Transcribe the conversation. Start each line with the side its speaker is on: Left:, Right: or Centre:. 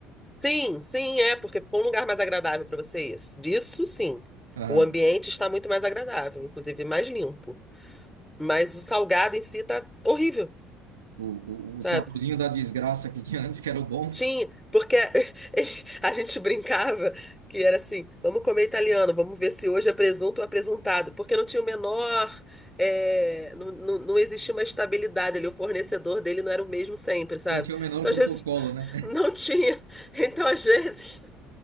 Centre: Sim, sim, é, porque ficou um lugar mais agradável para vocês. Disso sim.
Right: Aham.
Centre: O ambiente está muito mais agradável, inclusive mais limpo. Mas o salgado em si tá horrível,
Right: O,
Centre: sabe?
Right: o, o saborzinho da desgraça que tinha <laughs> antes, que era o bom,
Centre: Tinha, porque <laughs> ele- a gente brincava que era assim, vamos comer italiano, vamos ver se hoje é presunto ou apresuntado, porque não tinha o menor, eh, não, não, não existia uma estabilidade ali, o fornecedor dele não era o mesmo sempre, sabe?
Right: Não tinha o menor
Centre: Então,
Right: protocolo,
Centre: às vezes, <laughs>
Right: né? <laughs>
Centre: não tinha, então, às vezes,